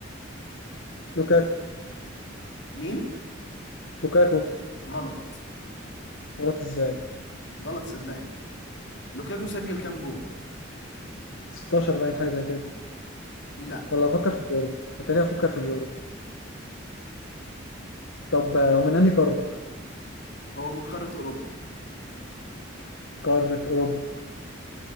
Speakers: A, on the left; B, on the left.
A: لوكاكو
B: مين
A: لوكاكو
B: غلط
A: غلط ازاي
B: غلط صدقني لوكاكو سجل كام جون
A: 16 باين حاجه زي كده
B: لا
A: ولا افكر في اليورو اتاري افكر في اليورو طب آه، ومن انهي قاره
B: هو من قارة اوروبا
A: قاره اوروبا